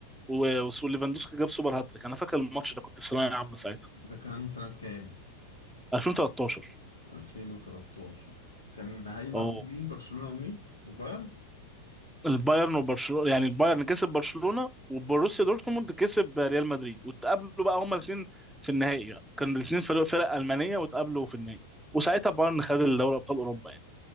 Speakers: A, in the centre; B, on the left (about 75°).
A: و... وليفاندوسكي جاب سوبر هاتريك أنا فاكر الماتش ده كنت في ثانوية عامة ساعتها
B: ده كان سنه كام
A: 2013
B: 2013 كان هيبقى
A: اه
B: بين مين برشلونه ومين وبايرن
A: البايرن وبرشلونه يعني البايرن كسب برشلونه وبروسيا دورتموند كسب ريال مدريد واتقابلوا بقى هما الاثنين في النهائي بقى كانوا الاثنين فرق فرق المانيه واتقابلوا في النهائي وساعتها بايرن خد الدوري ابطال اوروبا يعني